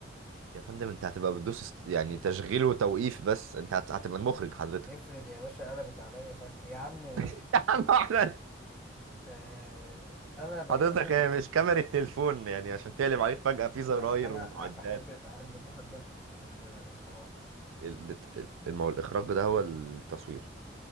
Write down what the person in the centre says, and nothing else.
افرض يا باشا قلبت عليا فجأة يا عم ماشي
آه، انا بحب
لا انا
بحب بحب بحب الإخ... الاخراج